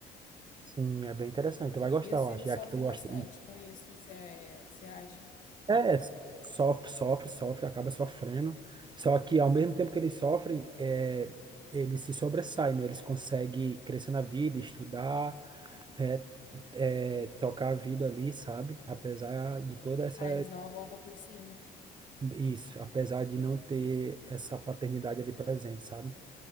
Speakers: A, on the right; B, on the left.
A: Sim, é bem interessante. Tu vai gostar,
B: E os
A: eu
B: filhos
A: acho, já
B: sofrem
A: que tu gosta.
B: bastante com isso, você, é- você acha?
A: É, sofre, sofre, sofre, acaba sofrendo. Só que ao mesmo tempo que eles sofrem, é, eles se sobressaem, né? Eles conseguem crescer na vida, estudar, é, é, tocar a vida ali, sabe? Apesar de toda essa.
B: Ah, eles dão a volta por cima.
A: Isso, apesar de não ter essa paternidade ali presente, sabe?